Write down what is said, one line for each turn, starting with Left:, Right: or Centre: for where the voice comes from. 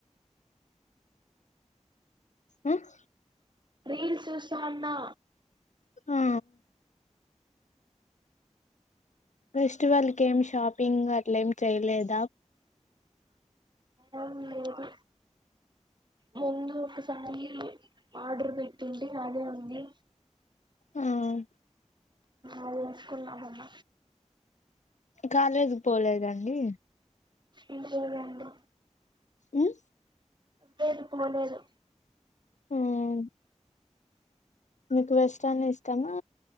Left: ఆహ్
Right: ల్స్ చూస్తువున్నా
Left: ఆ ఫెస్టివల్కి ఏమి షాపింగ్ అట్ల ఏమి చేయలేదా.
Right: ఏం లేదు ముందు ఒకసారి ఆర్డర్ పెట్టింటి అదే ఉంది.
Left: ఆహ్
Right: ఆదేసుకున్నా. మొన్న
Left: కాలేజీకి పోలేదండి.
Right: ఇంగ పోలేదండి
Left: మ్మ్
Right: లేదు. పోలేదు
Left: ఉహ్ మీకు వెస్ట్రన్ ఇష్టమా,